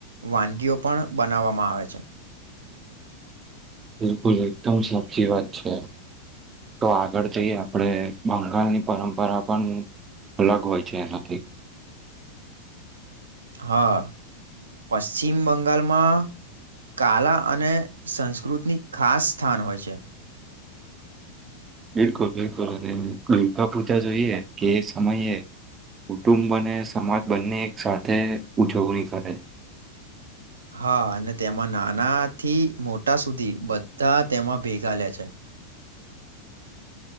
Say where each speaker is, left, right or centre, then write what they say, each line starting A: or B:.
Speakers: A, on the right (about 70°); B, on the right (about 20°).
A: વાનગીઓ પણ બનાવવામાં આવે છે
B: બિલકુલ એકદમ સાચી વાત છે તો આગળ જઈએ આપણેે બંગાળની પરંપરા પણ અલગ હોય છે એનાથી
A: હા પશ્ચિમ બંગાળમાં કાલા અને સંસ્કૃતિની ખાસ સ્થાન હોય છે
B: બિલકુલ બિલકુલ અને દુર્ગા પૂજા જોઈએ કે સમય એ કુટુંબને સમાજ બંને એક સાથે ઉજવણી કરે
A: હા અને તેમાં નાના થી મોટા સુધી બધા તેમાં ભેગા લે છે